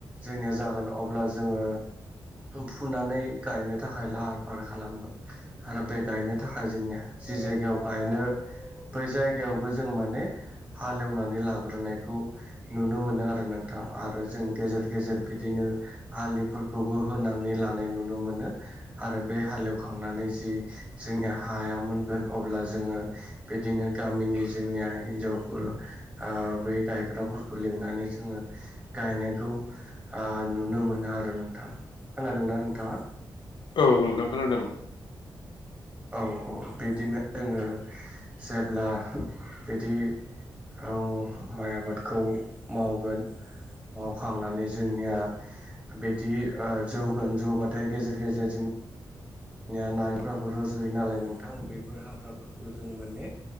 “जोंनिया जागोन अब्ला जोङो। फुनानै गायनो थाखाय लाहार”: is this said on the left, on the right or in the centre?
Right